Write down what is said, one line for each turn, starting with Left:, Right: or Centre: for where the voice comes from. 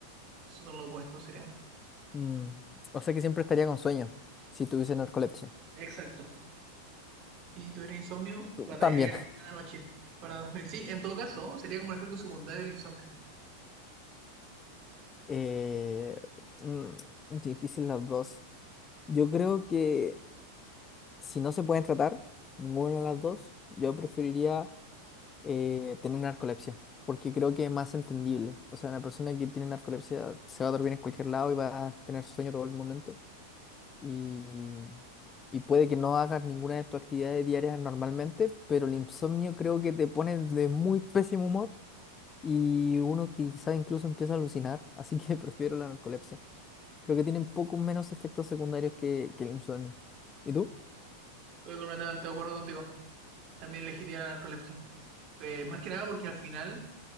Right: Esos son los opuestos, serían.
Left: mm, o sea que siempre estaría con sueño si tuviese narcolepsia.
Right: Exacto. Y si tuviera insomnio,
Left: Uh,
Right: batallarías
Left: También. <laughs>
Right: cada noche para dormir. Sí, en todo caso, sería como un efecto secundario del insomnio.
Left: Eh, mm, difícil las dos. Yo creo que si no se pueden tratar ninguna de las dos, yo preferiría eh, tener narcolepsia, porque creo que es más entendible. O sea, una persona que tiene narcolepsia se va a dormir en cualquier lado y va a tener sueño todo el momento. y, y puede que no hagas ninguna de tus actividades diarias normalmente, pero el insomnio creo que te pone de muy pésimo humor y uno quizás incluso empieza a alucinar, así que <laughs> prefiero la narcolepsia. Creo que tienen poco menos efectos secundarios que, que el insomnio. ¿Y tú?
Right: Estoy completamente de acuerdo contigo. También elegiría la narcolepsia. Eh, más que nada porque al final,